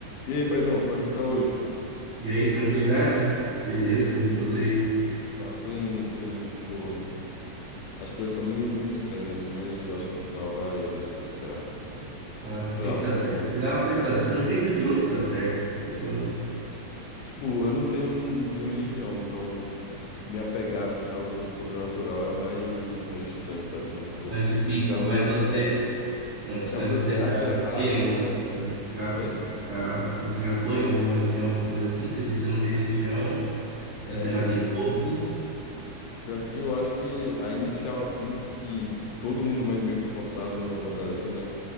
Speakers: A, on the left (about 85°); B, on the right (about 75°).
A: E aí, paizão, como é que você tá hoje?
B: E aí, tranquilidade? Beleza, e você?
A: Ah, tô indo, tô indo, mas, pô, as coisas estão meio, meio estranhas, assim, mas eu acho que no final vai, vai dar tudo certo.
B: Claro, sempre
A: Sei lá, tipo,
B: dá certo. Afinal, sempre
A: é,
B: dá certo. De um jeito ou de outro dá
A: sim,
B: certo.
A: dá
B: Sempre
A: certo.
B: não.
A: Tipo, eu não tenho, não tenho religião, então me apegar, assim, a algo sobrenatural é mais, mais estranho, sabe? Então, tipo,
B: Mais difícil.
A: se algo
B: Mas
A: deu,
B: você,
A: é,
B: ah,
A: se
B: mas
A: algo deu
B: você
A: certo
B: já
A: ou errado,
B: foi em algum,
A: é...
B: já,
A: Oi?
B: já, você já foi em alguma religião, alguma coisa assim? Você disse que você não tem religião,
A: É,
B: mas você
A: mas
B: já tentou, assim?
A: pior que eu acho que a inicial, assim, que todo mundo mais- meio que é forçado no, no Brasil, né?